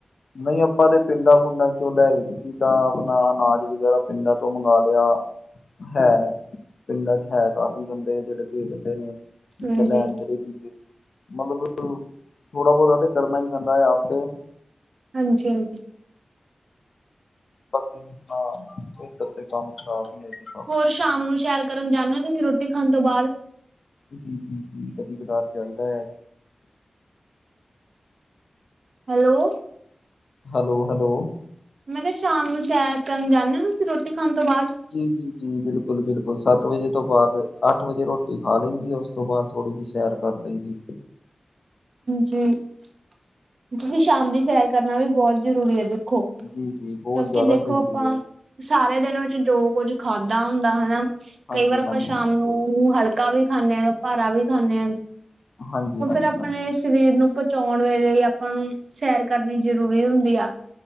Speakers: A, on the right (about 75°); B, on the left (about 75°).
A: ਹ। <inaudible>
B: ਨਹੀਂ ਆਪਾਂ ਤੇ ਪਿੰਡਾਂ- ਪੁੰਡਾਂ, ਚੋਂ ਲੈ ਆਣੀ ਜਾਂ ਆਪਣਾ ਅਨਾਜ, ਵਗੈਰਾ ਪਿੰਡਾਂ ਤੋਂ ਮੰਗਵਾ ਲਿਆ। ਹੈ ਨੇ, ਪਿੰਡਾਂ ਚ ਹੈ ਕਾਫੀ ਬੰਦੇ, ਜਿਹੜੇ ਦੇਖਦੇ ਨੇ
A: ਹਾਂਜੀ
B: ਲੈਣ ਚ ਇਹ ਚੀਜ਼, ਮਤਲਬ ਥੋੜਾ ਬਹੁਤਾ ਕਰਨਾ ਹੀ, ਪੈਂਦਾ ਹੈ ਆਪੇ।
A: ਹਾਂਜੀ ਹਾਂਜੀ।
B: ਬਾਕੀ ਖੇਤਰ ਤੇ ਕੰਮ ਖਰਾਬ ਹੈ ਜੀ। <inaudible>
A: ਹੋਰ ਸ਼ਾਮ ਨੂੰ, ਸੈਰ ਕਰਨ ਜਾਂਦੇ ਹਾਂ, ਰੋਟੀ ਖਾਣ ਤੋਂ, ਬਾਅਦ
B: ਜੀ, ਜੀ ਜੀ ਕਦੀ ਕਦਾਰ ਚਲਦਾ, ਏ
A: ਹੈਲੋ।
B: Hello hello.
A: ਮੈਂ ਕਿਹਾ, ਸ਼ਾਮ ਨੂੰ ਸ਼ੈਰ ਕਰਨ ਜਾਂਦੇ ਹੋ ਤੁਸੀਂ, ਰੋਟੀ ਖਾਣ ਤੋਂ, ਬਾਅਦ
B: ਜੀ, ਜੀ ਜੀ ਬਿਲਕੁਲ ਬਿਲਕੁਲ ਸੱਤ ਵਜੇ ਤੋਂ ਬਾਅਦ, ਅੱਠ ਵਜੇ ਰੋਟੀ ਖਾ ਲਈ ਦੀ ਆ, ਉਸ ਉਸ ਤੋਂ ਬਾਅਦ ਥੋੜੀ ਜਿਹੀ ਸੈਰ ਕਰ ਲਈੈਂ, ਦੀ
A: ਜੀ, ਸ਼ਾਮ ਦੀ ਸੈਰ ਕਰਨਾ ਵੀ, ਬਹੁਤ ਜ਼ਰੂਰੀ ਹੈ, ਦੇਖੋ
B: ਜੀ ਜੀ ਬਹੁਤ
A: ਜਦ
B: ਜ਼ਿਆਦਾ
A: ਕਿ ਦੇਖੋ,
B: ਜ਼ਰੂਰੀ
A: ਆਪਾਂ
B: ਹੈ
A: ਸਾਰੇ ਦਿਨ ਵਿੱਚ ਜੋ ਕੁੱਝ ਖਾਧਾ ਹੁੰਦਾ, ਹਨਾ
B: ਹਾਂਜੀ
A: ਕਈ ਵਾਰ, ਆਪਾਂ
B: ਹਾਂਜੀ
A: ਸ਼ਾਮ
B: ਬਿਲਕੁਲ
A: ਨੂੰ ਹਲਕਾ ਵੀ ਖਾਂਦੇ ਹਾਂ ਭਾਰਾ ਵੀ ਖਾਂਦੇ ਹਾਂ,
B: ਹਾਂਜੀ
A: ਉਹ
B: ਹਾਂਜੀ
A: ਫਿਰ ਆਪਾ
B: ਹਾਂਜੀ
A: ਸਰੀਰ, ਨੂੰ ਪਹੁੰਚਾਉਣ ਵੇਲੇ ਆਪਾਂ ਨੂੰ ਸੈਰ ਕਰਨੀ, ਜ਼ਰੂਰੀ ਹੁੰਦੀ ਆ